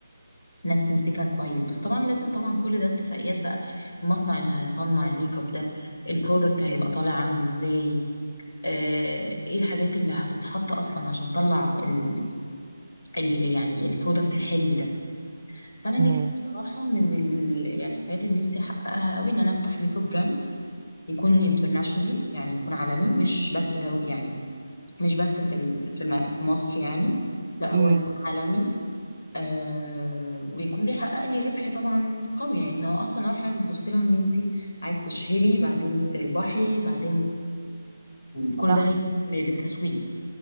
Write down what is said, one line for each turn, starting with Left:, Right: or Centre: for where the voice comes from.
Left: ناس تمسكها كويس بس طبعا لازم طبعا كل ده اتفاقيات بقى المصنع اللي هيصنع الميك اب ده البرودكت هيبقى طالع عامل ازاي آه، ايه الحاجات اللي هتتحط اصلا عشان اطلع ال ال يعني البرودكت الحلو ده فانا نفسي
Right: مم.
Left: بصراحه من ال يعني الحاجات اللي نفسي احققها قوي ان انا افتح ميك اب براند يكون internationally يعني يكون عالمي مش بس دو يعني مش بس في ال- في الم- في مصر يعني لا
Right: مم.
Left: هو يكون عالمي آه ويكون بيحقق لي ربح طبعا قوي لانه اصلا اول حاجه بتبص لها ان انت عايز تشهري بعدين تربحي بعدين كل
Right: صح
Left: ده هيجي بالتسويق